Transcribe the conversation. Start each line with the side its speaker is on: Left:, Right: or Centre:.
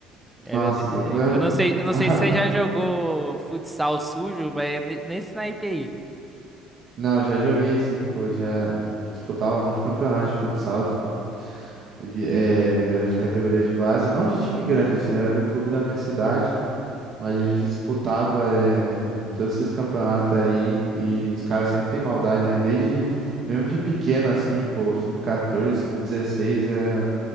Centre: Era
Right: Nossa,
Centre: desse
Right: então foi
Centre: jeito.
Right: a,
Centre: Eu
Right: <laughs>
Centre: não sei, eu não sei se você já jogou futsal sujo, mas é ne- nesse naipe aí.
Right: Não, já joguei sim, pô, já disputava muito campeonato de futsal, dispu- de- eh, era de categoria de base, não de time grande, assim, era do clube da minha cidade, mas a gente disputava eh, todos esses campeonatos aí e os caras sempre têm maldade, né? Desde, mesmo de pequeno, assim, pô, sub-14, sub-16, é,